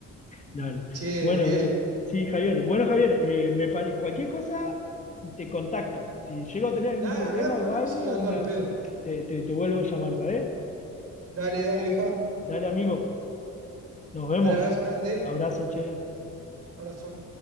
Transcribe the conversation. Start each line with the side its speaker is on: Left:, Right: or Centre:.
Left: Dale.
Right: Che, de
Left: Bueno,
Right: 10.
Left: dale. Sí, Javier. Bueno, Javier, eh, me pare- cualquier cosa te contacto. Si llego a tener algún
Right: Dale,
Left: problema
Right: hablame,
Left: o
Right: hablame.
Left: algo,
Right: Sí, ando
Left: o mira,
Right: al pedo.
Left: te, te, te vuelvo a llamar, ¿sabes?
Right: Dale, dale, vieja.
Left: Dale, amigo. Nos vemos.
Right: Dale, abrazo grande.
Left: Abrazo, che.
Right: Abrazo.